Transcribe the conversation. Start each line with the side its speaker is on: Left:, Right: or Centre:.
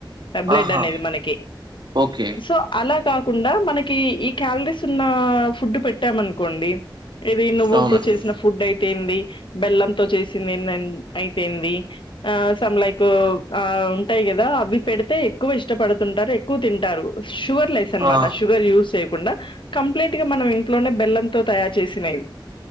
Left: టబ్లెడ్
Right: ఆహా
Left: అనేది మనకి
Right: ఓకే
Left: సో అలా కాకుండా మనకి ఈ క్యాలరీస్ తున్న ఫుడ్ పెట్టాం అనుకోండి ఇది నువ్వులతో
Right: అవునండి
Left: చేసిన ఫుడ్ అయితే ఏంది బెల్లం తో చేసింది ఏందన్ అయితే ఏంది ఆ సమ్ లైక్ ఆ ఉంటాయి గదా అవి పెడితే ఎక్కువ ఇష్టపడుతుంటారు ఎక్కువ తింటారు షుగర్ లెస్ అనమాట
Right: ఆ
Left: షుగర్ యూస్ చేయకుండా కంప్లీట్ గా మనం ఇంట్లోనే బెల్లంతో తయారు చేసినేవి